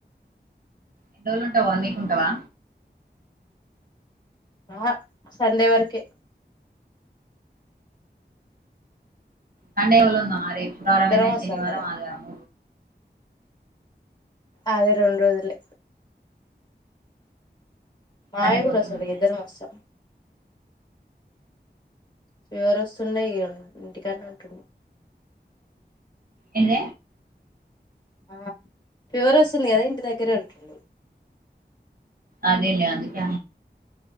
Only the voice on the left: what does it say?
ఆ సండే వరకే
ఇద్దరం
వస్తాం
కదా
అదే రెండు రోజులు మావే
కూడా
వస్తాడుకి
ఇద్దరం
వస్తాం ఫీవర్ వస్తుండ ఇ ఇంటికర ఉంటంది
ఆ ఫీవర్ వస్తుంది కదా ఇంటి దగ్గరే ఉంటుడు